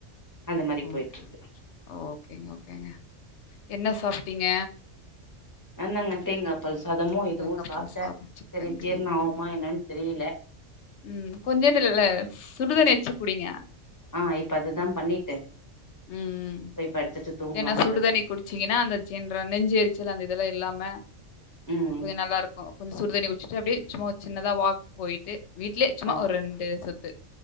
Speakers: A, on the left; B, on the left.
A: அந்த மாரி
B: ஓகே.
A: போய்ட்டுருக்கு
B: ஓகேங்க ஓகேங்க என்ன சாப்ட்டீங்க
A: நாந்தாங்க தேங்காபால் சாதமு இதுவு
B: தேங்காய்
A: சாப்ட்டே
B: பால் சாதம், சிக்கன்
A: செரி
B: கிரேவி.
A: ஜிரணம் ஆகுமா
B: ஓ!
A: என்னன்னு தெரியல
B: ம் கொஞ்சோண்டு இல்ல சுடுதண்ணி வச்சு குடிங்க
A: ஆ இப்ப அதுதா பண்ணிட்டு
B: ம்
A: <unintelligible> படுத்துட்டு தூங்கலான்ட்டு
B: ஏன சுடுதண்ணி
A: இருக்கே
B: குடிச்சீங்கனா அந்த சின்ரா நெஞ்சு எரிச்சல் அந்த இதல்லா இல்லாம
A: ம்
B: கொஞ்ச நல்லாருக்கு கொஞ்ச சுடு தண்ணி குச்சிட்டு அப்டியே சும்மா சின்னதா வாக் போயிட்டு வீட்லயே சும்மா
A: ஆ
B: ஒரு ரெண்டு சுத்து